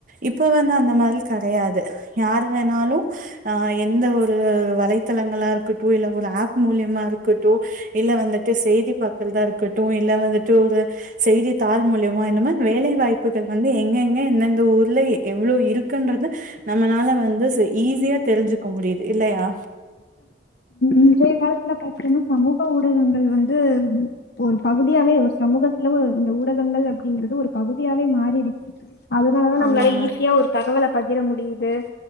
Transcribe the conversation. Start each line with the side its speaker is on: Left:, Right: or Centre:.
Right: இப்ப வந்து அந்த மாரி கடையாது யார் வேணாலும் ஆ எந்த ஒரு வலைத்தளங்களா இருக்கட்டும் இல்ல ஒரு ஆப் மூலியமா இருக்கட்டும் இல்ல வந்துட்டு செய்தி பாக்றதா இருக்கட்டும் இல்ல வந்துட்டு ஒரு செய்தி தாள் மூலியமா இனும வேலை வாய்ப்புகள் வந்து எங்க எங்க எந்தெந்த ஊர்ள எவ்ளோ இருக்குன்றது நம்மளால வந்து செ ஈஸியா தெரிஞ்சுக்க முடியுது இல்லையா
Left: இன்றைய காலத்துல பாத்திகன்னா சமூக ஊடகங்கள் வந்து ஒரு பகுதியாவே ஒரு சமூகத்துல இந்த ஊடகங்கள் அப்படிங்கறது ஒரு பகுதியாவே மாறிடுச்சு அதனாலதா நம்ளால
Right: ஆமாங்க
Left: ஈஸியா ஒரு தகவல பகிர முடியுது